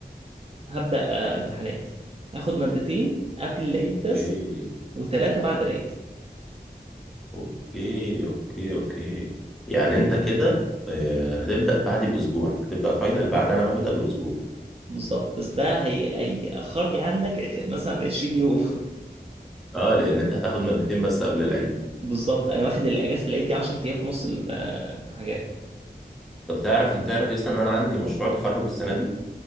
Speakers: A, on the right (about 35°); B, in the centre.
A: هبدا آه، امتحانات هاخد مادتين قبل العيد بس
B: اوكي
A: وثلاثه بعد العيد
B: اوكي اوكي اوكي يعني انت كده آه، هتبدأ بعدي باسبوع هتبدأ فاينل بعد انا ما ابدأ باسبوع
A: بالظبط بس ده هي هيأخرني عنك مثلا 20 يوم
B: اه لان انت هتاخد مادتين بس قبل العيد
A: <laughs> بالظبط انا واخد الاجازه العيد دي 10 ايام في نص ال- الحاجات
B: طب تعرف انت تعرف يس ان انا عندي مشروع تخرج السنة دي